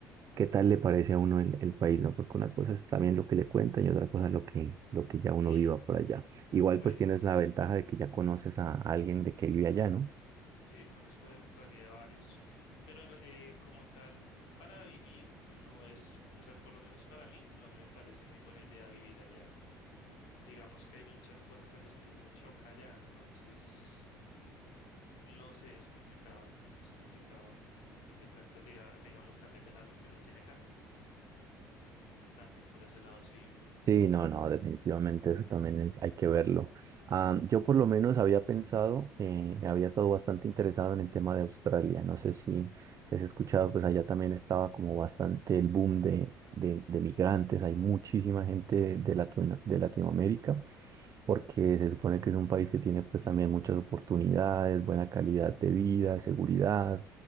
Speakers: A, on the right; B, on the left.
A: qué tal le parece a uno el, el país, ¿no? Porque una cosa es también lo que le cuentan y otra cosa lo que, lo que ya uno
B: Y
A: viva por allá. Igual
B: pues...
A: pues tienes la ventaja de que ya conoces a alguien de que vive allá, ¿no?
B: Sí, conozco en realidad varios, pero eh, como tal, para vivir uno no es, o sea, por lo menos para mí no me parece muy buena idea vivir allá. Digamos que hay muchas cosas en las que uno choca allá, entonces, no sé, es complicado, es complicado. A fin de cuentas, diga- digamos también dejar lo que uno tiene acá, también por ese lado, sí,
A: Sí, no, no, definitivamente eso también es, hay que verlo. Ah, yo por lo menos había pensado, eh, había estado bastante interesado en el tema de Australia. No sé si, si has escuchado, pues allá también estaba como bastante el boom de, de, de migrantes. Hay muchísima gente de, Latino- de Latinoamérica porque se supone que es un país que tiene pues también muchas oportunidades, buena calidad de vida, seguridad.